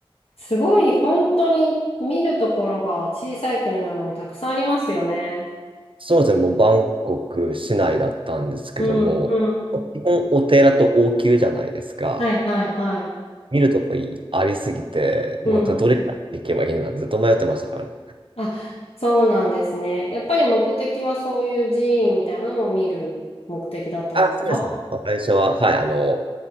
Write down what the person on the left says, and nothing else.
すごい、本当に見るところが小さい国なのにたくさんありますよね。
うん、うん。
はい、はい、はい。
うん。
あ、そうなんですね。やっぱり目的はそういう寺院みたいなのを見る目的だったんですか